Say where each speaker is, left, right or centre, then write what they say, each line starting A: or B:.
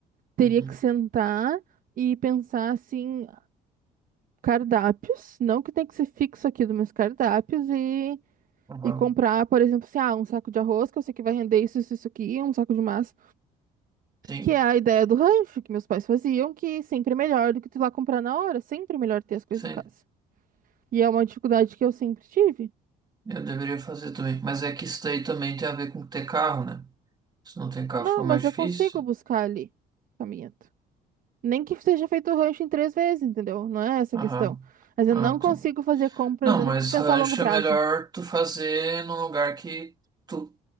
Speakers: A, on the right; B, on the right.
A: Teria
B: Uhum.
A: que sentar e pensar assim, cardápios, não que tem que ser fixo aquilo, mas cardápios e,
B: Aham.
A: e comprar, por exemplo, assim, ah, um saco de arroz, que eu sei que vai render isso, isso, isso aqui, um saco de massa,
B: Sim,
A: que é a ideia do rancho que meus pais faziam, que sempre é melhor do que tu ir lá comprar na hora, sempre é melhor ter as coisas
B: sim.
A: em casa. E é uma dificuldade que eu sempre tive.
B: Eu deveria fazer também. Mas é que isso daí também tem a ver com ter carro, né? Se não tem carro,
A: Não,
B: fica mais
A: mas
B: difícil.
A: eu consigo buscar ali, caminhando. Nem que seja feito o rancho em três vezes, entendeu? Não é essa
B: Aham.
A: a questão. Mas eu
B: Ah,
A: não consigo
B: tá.
A: fazer compras,
B: Não,
A: eu
B: mas
A: não consigo pensar
B: rancho
A: a longo prazo.
B: é melhor tu fazer num lugar que tu,